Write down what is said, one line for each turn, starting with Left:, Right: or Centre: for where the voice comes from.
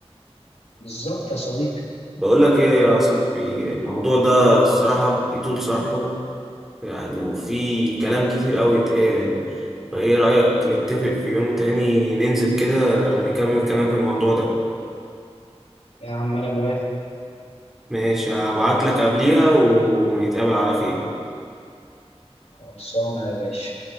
Left: بالظبط يا صديقي
Centre: بقول لك ايه يا صاحبي الموضوع ده الصراحة يطول شرحه يعني وفي كلام كتير قوي اتقال فايه رأيك نتفق في يوم تاني ننزل كده نكمل كلام في الموضوع ده
Left: يا عم انا موافق
Centre: ماشي هبعت لك قبليها ونتقابل على خير
Left: خلصانه يا باشا